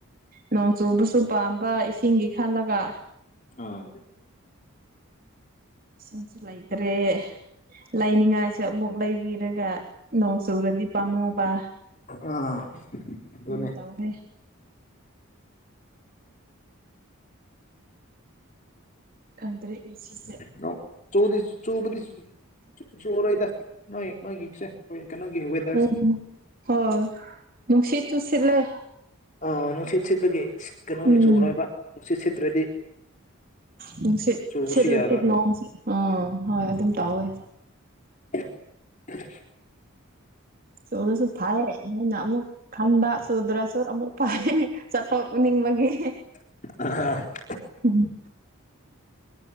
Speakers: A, on the right; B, on the left.
A: ꯅꯣꯡ ꯆꯨꯕꯁꯨ ꯄꯥꯝꯕ ꯏꯁꯤꯡꯒꯤ ꯈꯜꯂꯒ
B: ꯑꯥ
A: ꯏꯁꯤꯡꯁꯨ ꯂꯩꯇ꯭ꯔꯦ ꯂꯥꯏꯅꯤꯡꯉꯥꯏꯁꯨ ꯑꯃꯨꯛ ꯂꯩꯕꯤꯔꯒ ꯅꯣꯡ ꯆꯨꯔꯗꯤ ꯄꯥꯝꯃꯨꯕ
B: ꯑꯥ ꯑꯗꯨꯅꯦ
A: ꯑꯗꯨ ꯇꯧꯋꯦ ꯈꯪꯗ꯭ꯔꯦ ꯉꯁꯤꯁꯦ
B: ꯅꯣꯡ ꯆꯨ ꯆꯨꯕꯗꯤ ꯆꯨꯔꯣꯏꯗ <unintelligible> ꯋꯦꯗꯔꯁꯦ
A: ꯎꯝ ꯍꯣꯏ ꯅꯨꯡꯁꯤꯠꯁꯨ ꯁꯤꯠꯂꯦ
B: ꯑ ꯅꯨꯡꯁꯤꯠ ꯁꯤꯠꯄꯒꯤ ꯀꯩꯅꯣꯒꯤ
A: ꯎꯝ
B: ꯆꯨꯔꯣꯏꯕ ꯅꯨꯡꯁꯤꯠ ꯁꯤꯠꯇ꯭ꯔꯗꯤ
A: ꯅꯨꯡ ꯁꯤꯠ
B: ꯆꯨꯕꯁꯨ
A: ꯁꯤꯠꯂꯗꯤ
B: ꯌꯥꯕ
A: ꯅꯣꯡ ꯑꯥ ꯍꯣꯏ ꯑꯗꯨꯝ ꯇꯧꯋꯦ
B: <unintelligible>
A: ꯆꯨꯔꯁꯨ ꯐꯥꯏ ꯍꯦꯟꯅ ꯑꯃꯨꯛ ꯈꯟꯕ ꯆꯨꯗ꯭ꯔꯁꯨ ꯑꯃꯨꯛ ꯐꯩꯌꯦ ꯆꯠꯊꯣꯛꯅꯤꯡꯕꯒꯤ
B: <unintelligible>
A: ꯎꯝ